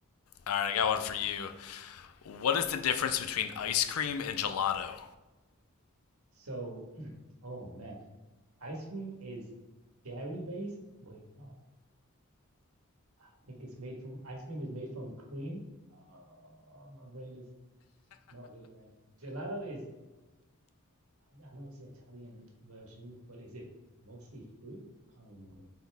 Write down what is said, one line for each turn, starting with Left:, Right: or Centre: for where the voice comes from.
Left: right, I got one for you. What is the difference between ice cream and gelato?
Right: So, oh man, ice cream is dairy based. Wait, no, I think it's made from ice cream is made from cream. Uh, my brain is not with it right now. Gelato is, I know it's the Italian version, but is it mostly fruit? I can't remember.